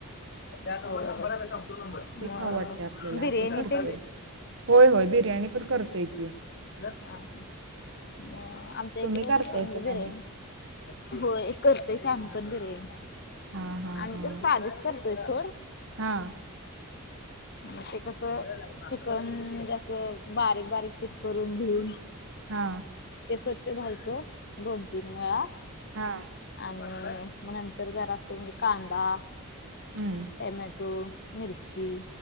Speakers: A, on the left; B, on the right.
A: <unintelligible> मग
B: ते खाऊ वाटते आपल्याला
A: बिर्याणी
B: करतोय.
A: ते.
B: होय होय बिर्याणी पण करतोय की.
A: हा ह म आमच्या
B: तुम्ही
A: इकड
B: करतायसा
A: कसं म्हणजे बिर्याणी
B: का नाही?
A: होय करतोय की आम्ही पण बिर्याणी
B: हा हा
A: आणि
B: हा.
A: तो साधीच करतोय सोड
B: हा
A: म ते कस चिकन म्हणजे अस बारीक बारीक पीस करून धुवून
B: हां
A: ते स्वच्छ धुवायच दोन तीन वेळा
B: हां
A: आणि म नंतर जरा म्हणजे कांदा
B: हम्म.
A: टॅमॅटो मिरची